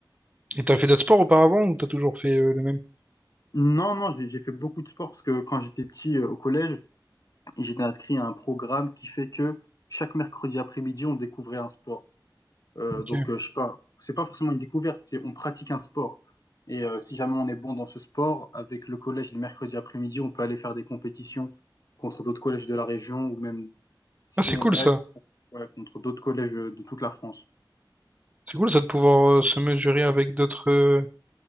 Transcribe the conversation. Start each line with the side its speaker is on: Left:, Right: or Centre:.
Right: Et t'as fait d'autres sports auparavant ou t'as toujours fait euh, le même?
Left: Non, non, j'ai j'ai fait beaucoup de sport parce que quand j'étais petit euh, au collège, j'étais inscrit à un programme qui fait que chaque mercredi après-midi, on découvrait un sport. Euh,
Right: Ok.
Left: donc, euh, je sais pas, c'est pas forcément une découverte, c'est on pratique un sport. Et euh, si jamais on est bon dans ce sport, avec le collège le mercredi après-midi, on peut aller faire des compétitions contre d'autres collèges de la région ou même si
Right: Ah, c'est
Left: on
Right: cool
Left: gagne,
Right: ça.
Left: ouais, contre d'autres collèges de de toute la France.
Right: C'est cool ça de pouvoir euh, se mesurer avec d'autres euh,